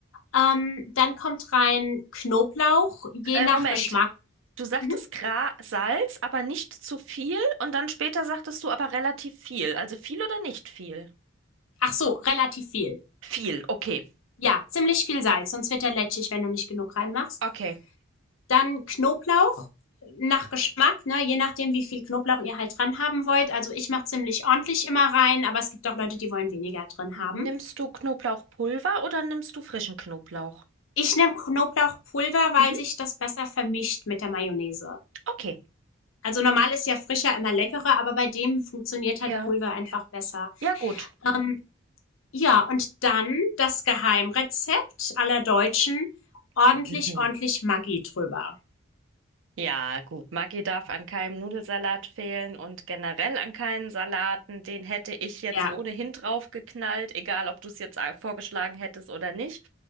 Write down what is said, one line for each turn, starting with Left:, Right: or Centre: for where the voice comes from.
Left: Ähm, dann kommt rein Knoblauch, je
Right: Äh,
Left: nach
Right: Moment.
Left: Geschmack.
Right: Du sagtest
Left: Mhm.
Right: Gra Salz, aber nicht zu viel. Und dann später sagtest du aber relativ viel. Also viel oder nicht viel?
Left: Ach so, relativ viel.
Right: Viel, okay.
Left: Ja, ziemlich viel Salz, sonst wird er lätschig, wenn du nicht genug reinmachst.
Right: Okay.
Left: Dann Knoblauch nach Geschmack, ne? je nachdem, wie viel Knoblauch ihr halt dran haben wollt. Also ich mache ziemlich ordentlich immer rein, aber es gibt auch Leute, die wollen weniger drin
Right: Nimmst
Left: haben.
Right: du Knoblauchpulver oder nimmst du frischen Knoblauch?
Left: Ich nehme Knoblauchpulver, weil
Right: Mhm,
Left: sich das besser vermischt mit der Mayonnaise.
Right: okay.
Left: Also normal ist ja frischer immer leckerer, aber bei dem funktioniert halt
Right: Ja.
Left: Pulver einfach besser.
Right: Ja, gut.
Left: Ähm, ja, und dann das Geheimrezept aller Deutschen. Ordentlich,
Right: <laughs>
Left: ordentlich Maggi drüber.
Right: Ja, gut. Maggi darf an keinem Nudelsalat fehlen und generell an keinen Salaten. Den hätte ich jetzt
Left: Ja,
Right: ohnehin draufgeknallt, egal ob du es jetzt a- vorgeschlagen hättest oder nicht.